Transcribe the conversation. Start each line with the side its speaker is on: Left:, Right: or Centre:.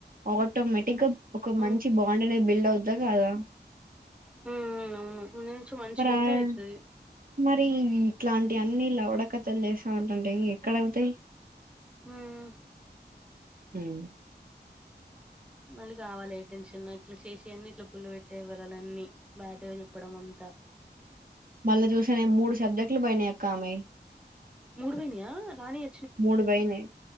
Right: ఆటోమేటిక్ గా, ఒక మంచి
Centre: ఉ
Right: బాండ్ అనేది బిల్డ్ అవు, ఏయేదా కాదా,
Centre: హ అవును, ముందు నుంచి మంచిగా ఉంటే
Right: ఆ-
Centre: అయితది,
Right: మరి ఇట్లాంటి అన్ని లవడకథలు చేస్తా ఉంటంటే ఇంగా ఎక్కడవుతాయి,
Centre: అహ
Right: ఉహు
Centre: మళ్ళీ కావాలి ఏ టెన్షన్ ఇట్లా చేసివన్ని ఇట్లా పుల్ల పెట్టే ఏ వారాలు అన్నీ, బ్యాటగా చెప్పడం అంతా,
Right: మళ్ళ చూసిన మూడు సబ్జెక్టులు పోయినాయి ఆమెయి
Centre: మూడుపోయ్నియా రాణియ
Right: మూడు పైనాయి